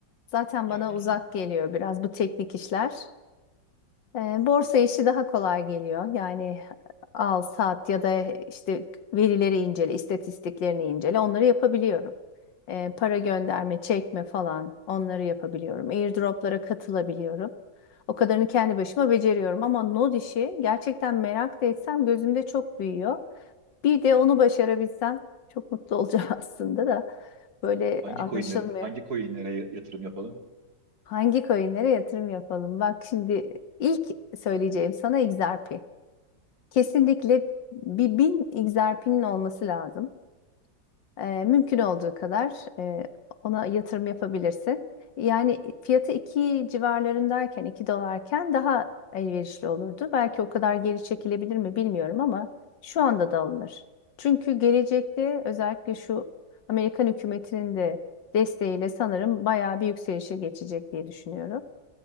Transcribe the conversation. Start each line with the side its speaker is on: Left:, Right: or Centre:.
Left: Zaten
Right: Yani
Left: bana uzak
Right: li-
Left: geliyor biraz bu teknik işler. E, borsa işi daha kolay geliyor. Yani al, sat ya da işte verileri incele, istatistiklerini incele, onları yapabiliyorum. E, para gönderme, çekme falan onları yapabiliyorum. Airdroplara katılabiliyorum. O kadarını kendi başıma beceriyorum ama node işi gerçekten merak da etsem gözümde çok büyüyor. Bir de onu başarabilsem çok mutlu olacağım <laughs> aslında da böyle anlaşılmıyor.
Right: hangi coinlere hangi coinlere yatırım yapalım?
Left: Hangi coinlere yatırım yapalım? Bak şimdi ilk söyleyeceğim sana XRP. Kesinlikle bir bin egzersizin olması lazım. Ee, mümkün olduğu kadar e, ona yatırım yapabilirsin. Yani fiyatı 2 civarlarındayken, 2 dolarken daha elverişli olurdu. Belki o kadar geri çekilebilir mi bilmiyorum ama şu anda da alınır. Çünkü gelecekte özellikle şu Amerikan hükümetinin de desteğiyle sanırım bayağı bir yükselişe geçecek diye düşünüyorum.